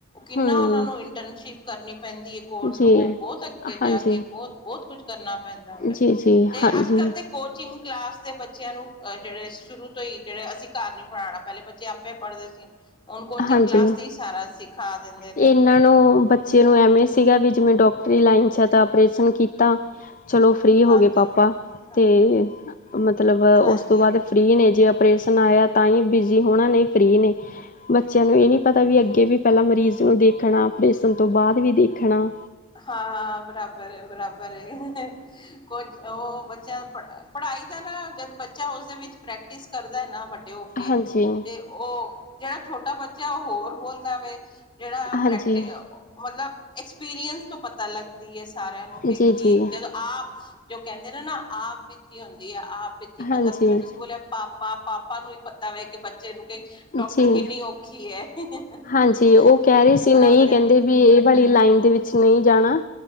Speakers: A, on the left; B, on the left.
A: ਕਿੰਨਾ
B: ਹੂੰ
A: ਉਹਨਾਂ ਨੂੰ ਇੰਟਨਸ਼ਿਪ ਕਰਨੀ ਪੈਂਦੀ ਐਂ। ਕੋਰਸ
B: ਜੀ
A: ਔਹ ਬੋਤ ਅੱਗੇ
B: ਹਾਂਜੀ
A: ਜਾ ਕੇ ਬੋਤ -ਬੋਤ ਕੁਛ ਕਰਨਾ ਪੈਂਦਾ ਵੈ,
B: ਜੀ ਜੀ
A: ਤੇ
B: ਹਾਂਜੀ
A: ਅੱਜ ਕੱਲ ਦੇ ਕੋਚਿੰਗ ਕਲਾਸ ਦੇ ਬੱਚਿਆਂ ਨੂੰ ਅ ਜਿਹੜੇ ਸ਼ੁਰੂ ਤੋਂ ਹੀ ਜਿਹੜੇ ਅਸੀਂ ਘਰ ਨੀ ਪੜ੍ਹਾਣਾ ਪਹਿਲੇ ਬੱ ਆਪੇ ਪੜ੍ਹਦੇ ਸੀ ਹੁਣ ਕੋਚਿੰਗ
B: ਹਾਂਜੀ
A: ਕਲਾਸ ਤੇ ਹੀ ਸਾਰਾ ਸਿਖਾ ਦਿੰਦੇ। ਨੇ।
B: ਇਹਨਾਂ ਨੂੰ ਬੱਚੇ
A: ਹਾਂ
B: ਨੂੰ ਐਵੇਂ
A: ਹਾਂ
B: ਸੀਗਾ ਵੀ ਜਿਵੇਂ ਡੋਕਟਰੀ ਲਾਈਨ 'ਚ ਤਾਂ ਆਪਓਰੇਸ਼ਨ ਕੀਤਾ। ਚਲੋ ਫਰੀ ਹੋ
A: ਹਾਂਜੀ
B: ਗਏ ਪਾਪਾ
A: ਹਾਂਜੀ
B: ਤੇ ਮਤਲਬ
A: ਹਾਂਜੀ
B: ਉਸ ਤੋਂ ਬਾਅਦ ਫਰੀ ਨੇ ਜੇ ਪ੍ਰੇਸ਼ਨ ਆਇਆ ਤਾਂ ਹੀ ਬਿਜ਼ੀ ਹੋਣਾਨਹੀਂ ਫਰੀ ਨੇ, ਬੱਚਿਆਂ ਨੂੰ ਏਹ ਨੀ ਪਤਾ
A: ਹਾਂਜੀ
B: ਵੀ ਅੱਗੇ ਵੀ ਪੈਂਲਾਂ ਮਰੀਜ਼ ਚਲੋ ਦੇਖਣਾ ਅਪਰੇਸਨ ਤੋਂ ਬਾਅਦ ਵੀ ਦੇਖਣਾ।
A: ਹਾਂ ਹਾਂ ਬਰਾਬਰ ਏ ਬਰਾਬਰ ਏ ਕੁਛ ਉਹ ਬੱਚਿਆਂ ਪੜ੍ਹਾਈ ਦਾ ਨਾ ਜਦ ਬੱਚਾ ਉਸਦੇ ਵਿੱਚ ਪ੍ਰੈਕਟਿਸ ਕਰਦਾ ਨਾ ਵੱਡੇ ਹੋ ਤੇ
B: ਹਾਂਜੀ
A: ਉਹ ਜਿਹੜਾ ਛੋਟਾ ਬੱਚਾ ਉਹ ਹੋਰ ਬੋਲਦਾ ਵੇ। ਜੇਹੜਾ
B: ਹਾਂਜੀ
A: ਪ੍ਰੈਕਟੀ ਅ-ਓ ਮਤਲਬ ਐਕਸਪੀਰੀਅੰਸ ਤੋਂ ਪਤਾ ਲੱਗ ਸਾਰਿਆਂ ਨੂੰ ਕਿ
B: ਜੀ
A: ਕੀ
B: ਜੀ
A: ਜਦੋਂ ਆਪ ਜੋ ਕਹਿੰਦੇ ਨਾ -ਨਾ ਆਪ ਬੀਤੀ ਹੁੰਦੀ ਹੈ ਆਪ ਵਿੱਚ ਹੀ
B: ਹਾਂਜੀ
A: ਪਤਾ ਜਿਵੇਂ ਤੁਸੀਂ ਬੋਲਿਆ ਪਾਪਾ- ਪਾਪਾ ਨੂੰ ਹੀ ਪਤਾ ਵੇ ਕਿ ਬੱਚੇ ਨੂੰ ਡਾਕਟਰ
B: ਜੀ
A: ਕਿੰਨੀ ਔਖੀ ਹੈ <unintelligible>
B: ਹਾਂਜੀ ਉਹ ਕਹਿ ਰਹੇ ਸੀ ਨਹੀਂ ਕਹਿੰਦੇ ਵੀ ਇਹ ਵਾਲੀ ਲਾਈਨ ਦੇ ਵਿੱਚ ਨਹੀਂ ਜਾਣਾ।